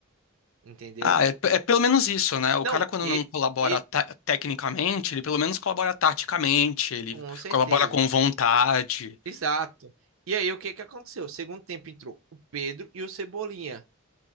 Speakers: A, on the right (about 70°); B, on the left (about 70°).
A: entendeu?
B: Ah, é, é pelo menos isso, né? O
A: Não,
B: cara, quando
A: e,
B: não colabora
A: e
B: ta- tecnicamente, ele pelo menos colabora taticamente, ele
A: com certeza.
B: colabora com vontade.
A: Exato. E aí, o que que aconteceu? Segundo tempo entrou o Pedro e o Cebolinha.